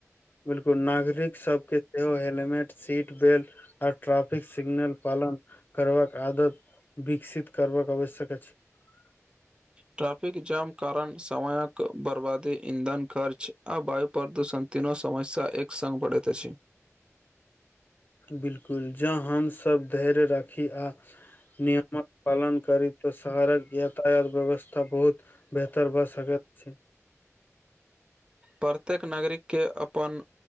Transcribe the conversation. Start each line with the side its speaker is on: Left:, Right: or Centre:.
Left: बिलकुल नागरिक सबके सेहो helmet seat belt traffic signal पालन करबाक आदत विकसित करबाक आवश्यक अछि ह
Right: ट्राफिक जाम कारण समयक बर्बादी ईंधन खर्च आ वायु प्रदूषण तीनो समस्य एक सग पढ़ेत छै
Left: बिलकुल जँ हमसभ धैर्य राखी आ नियमक पालन करैत शहरक यातायात व्यवस्था बहुत बेहतर भए सकत
Right: प्रत्येक नागरिक के अपन